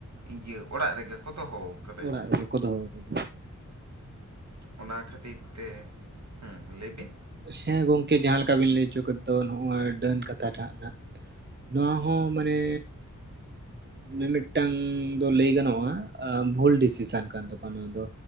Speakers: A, on the right (about 60°); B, on the right (about 35°).
A: ᱤᱭᱟᱹ ᱚᱲᱟᱜ ᱨᱮᱜᱮ ᱠᱚ ᱫᱚᱦᱚ ᱟᱠᱟᱫᱮᱭᱟ
B: ᱚᱲᱟᱜ ᱨᱮᱜᱮ ᱠᱚ ᱫᱚᱦᱚ ᱠᱟᱫᱮ᱾
A: ᱚᱱᱟ ᱠᱷᱟᱹᱛᱤᱨ ᱛᱮ, ᱦᱩᱸ ᱞᱟᱹᱭ ᱵᱤᱱ
B: ᱦᱮᱸ ᱜᱚᱢᱠᱮ ᱡᱟᱦᱟᱸ ᱞᱮᱠᱟ ᱵᱤᱱ ᱞᱟᱹᱭ ᱦᱚᱪᱚ ᱠᱮᱫ ᱫᱚ ᱱᱚᱜᱼᱚᱭ ᱰᱟᱹᱱ ᱠᱟᱛᱷᱟ ᱴᱟᱜ ᱱᱟᱜ ᱱᱚᱣᱟ ᱦᱚᱸ ᱢᱟᱱᱮ ᱢᱤᱢᱤᱫᱴᱟᱝ ᱫᱚ ᱞᱟᱹᱭ ᱜᱟᱱᱚᱜᱼᱟ ᱟ ᱵᱷᱩᱞ ᱰᱤᱥᱤᱥᱮᱱ ᱠᱟᱱ ᱛᱟᱠᱚᱣᱟ ᱱᱚᱣᱟ ᱫᱚ᱾